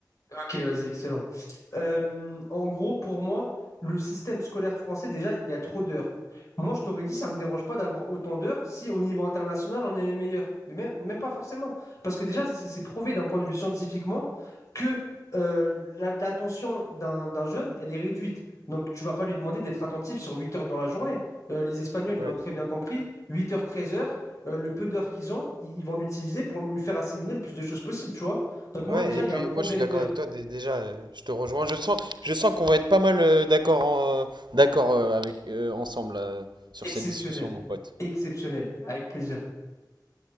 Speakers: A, on the left; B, on the right.
A: Ok, vas-y, excellent. Euh, en gros, pour moi, le système scolaire français, déjà, il y a trop d'heures. Moi, je t'aurais dit, ça ne me dérange pas d'avoir autant d'heures si au niveau international, on est les meilleurs. Mais même, même pas forcément. Parce que déjà, c'est c'est prouvé d'un point de vue scientifiquement que euh, la- l'attention d'un d'un jeune, elle est réduite. Donc, tu vas pas lui demander d'être attentif sur 8 heures dans la journée. Euh, les Espagnols,
B: Ouais.
A: ils l'ont très bien compris. huit heures, 13 heures, euh, le peu d'heures qu'ils ont, ils, ils vont l'utiliser pour lui faire assimiler le plus de choses possible, tu vois. Donc, moi,
B: Ouais,
A: déjà,
B: et
A: il
B: puis
A: y a un problème
B: moi je suis d'accord
A: d'heures.
B: avec toi dé- déjà, euh, je te rejoins. Je sens, je sens qu'on va être pas mal euh, d'accord en- euh, d'accord euh, avec euh, ensemble euh, sur
A: Exceptionnel.
B: cette discussion, mon pote.
A: Exceptionnel. Avec plaisir.